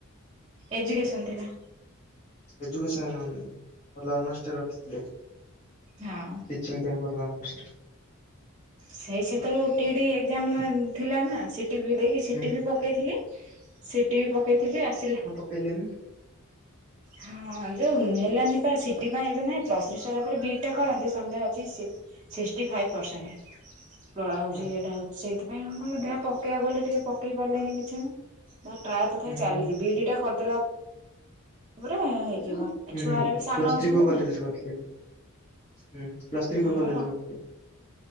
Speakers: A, on the right (about 25°); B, on the left (about 30°).
A: ଏଜୁକେସନ ଥିଲା।
B: ଏଡିକେସନ ଭଲ ହୋନର୍ସ ଟେ ରଖି ଥିଲେ
A: ହଁ
B: କୋଚିଙ୍ଗ। <unintelligible>
A: ସେଇ ସେତେବେଳେ ଓଟି ଓଟି ଏକ୍ସାମ ଥିଲା ନା। ସିଟି ବି ପକାଇ ଥିଲି ସିଟି
B: ହୁଁ
A: ବି ପକେଇଥିଲି ସିଟି ବି ପକେଇଥିଲି ଆସିଲା।
B: କହିଲେନି।
A: ହଁ ଯୋଉ ହେଲାନି ପା ସିଟି ପାଇଁ ଏବେ ନାହିଁ ପ୍ଲୌସ ଥ୍ରୀ ହେଲା ପରେ ଦି ଟା କରନ୍ତି ସଦୟ ଅଛି। ସିକ୍ଟି ଫାଇଭ ପର୍ସିସେଣ୍ଟ
B: ହଁ
A: ଏଇଟା ହଉଛି। ସେଇଥିପାଇଁ ମୁଁ ପକାଇବା ବୋଲି ପାଇଁ କିଛି ପକେଇ ବୋଲି ଟିକେ ପକେଇ ପାରିଲିନି କିଛି। <unintelligible> ତଥାବି
B: ହୁଁ
A: ଚାଲିଛି
B: ହୁଁ
A: ବିଡି ଟା କରିଦେଲା। ପରେ ହେଇଯିବ
B: ହୁଁ
A: ଏ
B: ପ୍ଲସ୍
A: ଛୁଆରା ବି ସାନ ଅଛନ୍ତି
B: ଥ୍ରୀ କୋଉ କଲେଜରେ
A: ନା
B: କରିଥିଲେ। ହୁଁ ପ୍ଲସ୍ ଥ୍ରୀ କୋଉ
A: ଆମର
B: କଲେଜରେ କରି ଥିଲେ।